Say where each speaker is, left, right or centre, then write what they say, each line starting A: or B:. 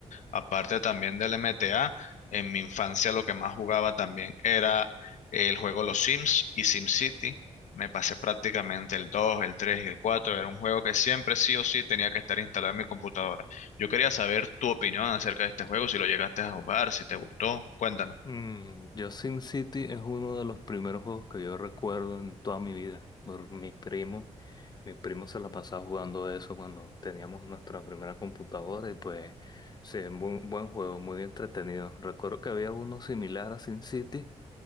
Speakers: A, on the left (about 80°); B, on the left (about 35°).
A: aparte también del MTA, en mi infancia lo que más jugaba también era el juego Los Sims y SimCity. Me pasé prácticamente el 2, el 3 y el 4. Era un juego que siempre sí o sí tenía que estar instalado en mi computadora. Yo quería saber tu opinión acerca de este juego, si lo llegaste a jugar, si te gustó. Cuéntame.
B: Mm, yo Sin City es uno de los primeros juegos que yo recuerdo en toda mi vida. Por mi primo, mi primo se la pasaba jugando eso cuando teníamos nuestra primera computadora y pues sí, un buen, buen juego, muy entretenido. Recuerdo que había uno similar a Sin City